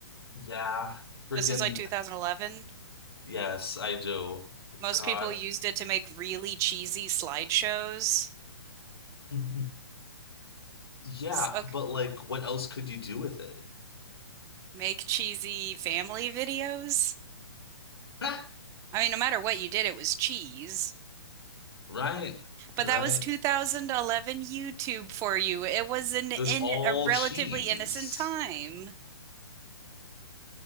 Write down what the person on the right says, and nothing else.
This was like 2011.
Most
people used it to make really cheesy slideshows,
s- ok-
make cheesy family videos.
I mean, no matter what you did, it was cheese.
But
that was 2011 YouTube for you. It was an in
a relatively
innocent time.